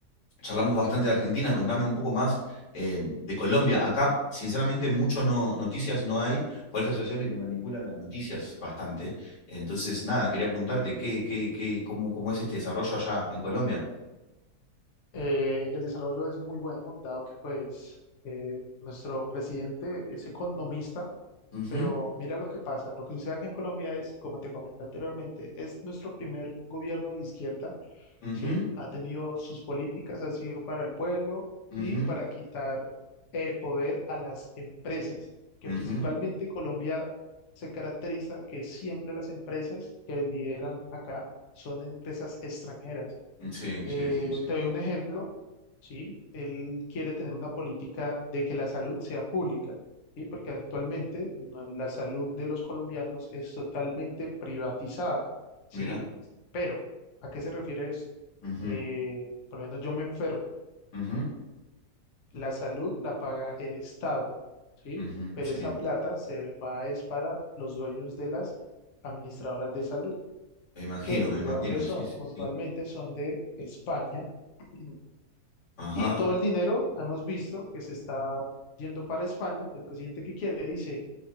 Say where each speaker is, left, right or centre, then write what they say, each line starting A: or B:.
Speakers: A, on the left; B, on the left.
A: charlamos bastante de Argentina, contame un poco más eh, de Colombia. Acá, sinceramente, mucho no, noticias no hay por esa situación de que manipulan las noticias bastante. Entonces, nada, quería preguntarte qué, qué, qué, cómo, cómo es este desarrollo allá en Colombia.
B: Eh, el desarrollo es muy bueno, dado que pues eh, nuestro presidente es economista,
A: Ujú,
B: pero mira lo que pasa. Lo que sucede acá en Colombia es, como te comenté anteriormente, es nuestro primer gobierno de izquierda
A: ujú,
B: ¿sí? Ha tenido sus políticas, ha sido para el pueblo
A: ujú,
B: y para quitar eh, poder a las empresas, que
A: ujú.
B: principalmente Colombia se caracteriza que siempre las empresas que lideran acá son empresas extranjeras.
A: Sí,
B: Eh,
A: sí, sí, sí.
B: te doy un ejemplo, ¿sí? Él quiere tener una política de que la salud sea pública, ¿sí? Porque actualmente no, la salud de los colombianos es totalmente privatizada, ¿sí?
A: Mira.
B: Pero, ¿a qué se refiere esto?
A: Ujú,
B: Eh, por lo menos yo me enfermo,
A: ujú,
B: la salud la paga el Estado, ¿sí?
A: ujú,
B: Pero
A: Sí.
B: esa plata se va es para los dueños de las administradoras de salud,
A: Me imagino,
B: que
A: me imagino.
B: ¿de dónde son?
A: Sí, sí,
B: Puntualmente
A: sí.
B: son de España. <clears throat>
A: Ajá,
B: Y todo el dinero, hemos visto que se está yendo para España. El presidente que quiere dice,